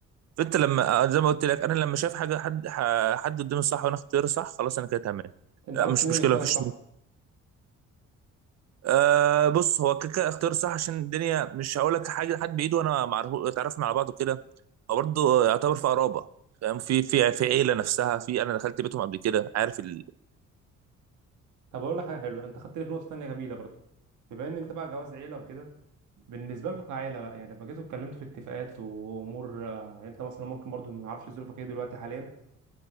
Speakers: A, on the right; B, on the right.
A: فأنت لما آه، زي ما قلت لك أنا لما شايف حاجة حد ح- حد قدامي صح وأنا اختياري صح خلاص أنا كده تمام
B: انت
A: لا
B: عرفت
A: مش
B: منين
A: مشكلة
B: اللي اختارك
A: مفيش
B: صح
A: أه بص هو كيكا اختيار صح عشان الدنيا مش هقول لك حاجه لحد بايده وانا معرف اتعرفنا على بعض وكده هو برضه يعتبر في قرابه فاهم في في في عيله نفسها في انا دخلت بيتهم قبل كده عارف ال...
B: طب اقول لك حاجه حلوه انت خدتني في نقطه تانية جميله برضو بما ان انت بقى جواز عيله وكده بالنسبه لكم كعيله بقى يعني لما جيتوا اتكلمتوا في اتفاقات وامور آه، يعني انت مثلا ممكن برضو ما نعرفش ظروفك ايه دلوقتي حاليا